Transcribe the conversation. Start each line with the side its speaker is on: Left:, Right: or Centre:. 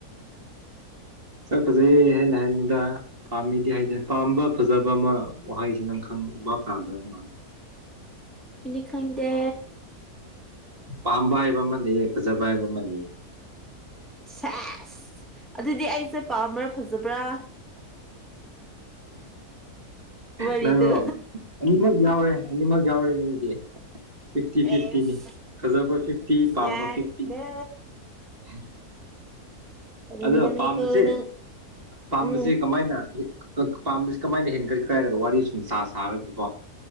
Right: <inaudible> ꯁꯛ ꯐꯖꯩ ꯍꯥꯏꯩꯅ ꯍꯥꯏꯅꯤꯡꯗ ꯄꯥꯝꯃꯤꯗꯤ ꯍꯥꯏ ꯄꯥꯝꯕ ꯐꯖꯕ ꯑꯃ ꯋꯥꯍꯩꯁꯤ ꯅꯪ ꯈꯪ ꯎ ꯋꯥꯞ ꯇꯥꯗꯕ ꯃꯥꯅꯤ
Centre: ꯈꯗꯤ ꯈꯪꯗꯦ
Right: ꯄꯥꯝꯕ ꯍꯥꯏꯕ ꯑꯃ ꯐꯖꯕ ꯍꯥꯏꯕ ꯑꯃꯅꯤ
Centre: ꯁꯦꯁ ꯑꯗꯨꯗꯤ ꯑꯩꯁꯦ ꯄꯥꯝꯕ꯭ꯔꯥ ꯐꯖꯕ꯭ꯔꯥ ꯋꯥꯔꯤꯗꯨ
Right: ꯅꯪꯔꯣ ꯑꯅꯤꯃꯛ ꯌꯥꯎꯔꯦ ꯑꯅꯤꯃꯛ ꯌꯥꯎꯔꯦ ꯅꯪꯗꯤ ꯐꯤꯐꯇꯤ
Centre: ꯑꯦꯁ
Right: ꯐꯤꯐꯇꯤꯅꯤ ꯍꯖꯔꯕ ꯐꯤꯐꯇꯤ ꯄꯝꯝꯕ
Centre: ꯌꯥꯔꯦꯀꯣ
Right: ꯐꯤꯐꯇꯤ ꯍ
Centre: ꯍꯦꯟꯃꯜꯂꯤꯀꯣ
Right: ꯑꯗꯣ ꯄꯥꯝꯕꯁꯦ
Centre: ꯅꯪ
Right: ꯄꯥꯝꯕꯁꯤ
Centre: ꯎꯝ
Right: ꯀꯃꯥꯏꯅ ꯄꯥꯝꯕꯁꯤ ꯀꯃꯥꯏꯅ ꯍꯦꯟꯒꯠꯈ꯭ꯔꯦ ꯍꯥꯏꯔꯒ ꯋꯥꯔꯤ ꯁꯨꯝ ꯁꯥꯔꯒꯀꯣ